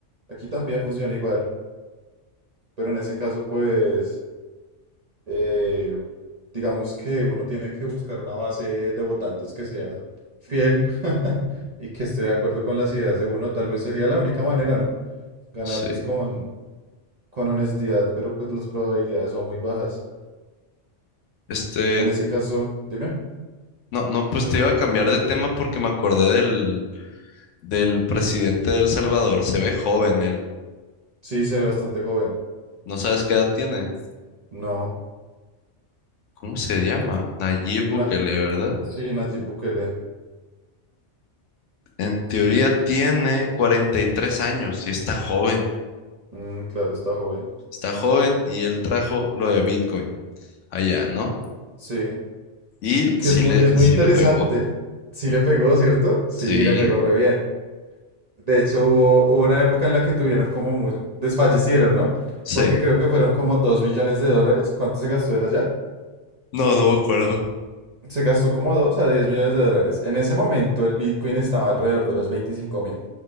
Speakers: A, on the right (about 40°); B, on the left (about 80°).
A: Aquí también funciona igual, pero en ese caso, pues, eh, digamos que uno tiene que buscar una base de votantes que sea fiel <laughs> y que esté de acuerdo con las ideas de uno. Tal vez sería la única manera, ¿no? ganarles
B: Sí.
A: con, con honestidad, pero pues las probabilidades son muy bajas.
B: Este,
A: En ese caso, dime,
B: no, no, pues te iba a cambiar de tema porque me acordé del, del presidente de El Salvador. Se ve joven él.
A: sí se ve bastante joven.
B: ¿No sabes qué edad tiene?
A: No,
B: ¿Cómo se llama? Nayib
A: na-
B: Bukele, ¿verdad?
A: sí, Nayib Bukele,
B: En teoría tiene 43 años y está joven.
A: mm, claro, está joven.
B: Está joven y él trajo lo de Bitcoin allá, ¿no?
A: Sí,
B: Y
A: que
B: sí
A: es muy,
B: le,
A: es
B: sí
A: muy interesante.
B: le pegó.
A: Sí le pegó, ¿cierto? Sí,
B: Sí,
A: le pegó re bien. De hecho, hubo, hubo una época en la que tuvieron como muy, desfallecieron, ¿no?
B: sí.
A: Porque creo que fueron como 2 millones de dólares. ¿Cuánto se gastó él allá?
B: No, no me acuerdo.
A: Se gastó como 2 a 10 millones de dólares. En ese momento el Bitcoin estaba alrededor de los veinticinco mil.